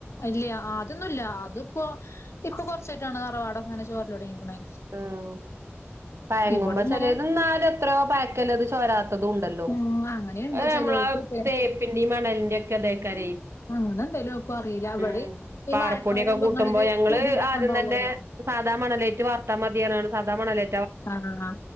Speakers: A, on the left; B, on the right.
A: ഇല്ല്യ, ആദ്യൊന്നുല്ല അത്പ്പോ, ഇപ്പൊ കൊർച്ചായ്ട്ടാണ് തറവാടൊക്കെങ്ങനെ ചോര്ലൊട്ങ്ങീക്ക്ണേ.
B: ഉം. പയങ്കുമ്പ
A: ഇവിടെ ഇങ്ങനെ
B: ചെലേത് ഇന്നാലും എത്ര്യോ പയക്കല്ലത് ചോരാത്തതും ണ്ടല്ലോ.
A: ഉം അങ്ങനെയുണ്ട്
B: അത്
A: ചെലോടത്തൊക്കെ
B: നമ്മളാ തേപ്പിൻ്റിം മണലിന്റ്യൊക്കെ ഇതേക്കാരേയ്.
A: അങ്ങനെ എന്തേലും ആക്കും അറിയില്ല ഇവിടെ
B: ഉം.
A: ഈ
B: പാറപ്പൊടിയൊക്കെ
A: മഴക്കാലാവുമ്പോ
B: കൂട്ടുമ്പോ,
A: ഇങ്ങനൊരു
B: ഞങ്ങള്...
A: കുതിരൊക്കെ
B: ആദ്യം
A: ഉണ്ടാവുവല്ലോ
B: തന്നേ സാധാ മണലേറ്റ് വാർത്താ മതീ പർഞ്ഞ്കാണ്ട്, സാധാ മണലെ
A: ആഹ്.